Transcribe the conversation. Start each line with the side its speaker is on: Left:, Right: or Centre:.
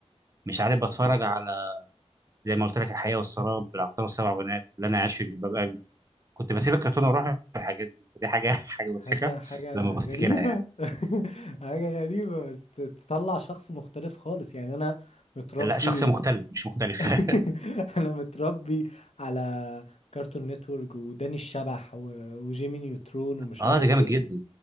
Right: مش عارف بتفرج على زي ما قلت لك الحياه والسراب العطار والسبع بنات اللي انا عايش في جلباب ابي كنت بسيب الكرتون واروح الحاجات دي فدي حاجه <laughs> حاجه مضحكه
Left: حاجة حاجة
Right: لما بفتكرها
Left: غريبة
Right: يعني
Left: <laughs> حاجة غريبة بس تطلع شخص مختلف خالص يعني انا متربي
Right: لا شخص مختل مش مختلف
Left: <laughs>
Right: <laughs>
Left: انا متربي على كارتون نتورك وداني الشبح و... وجيمي نيوترون ومش
Right: اه
Left: عارف
Right: ده جامد
Left: ايه
Right: جدا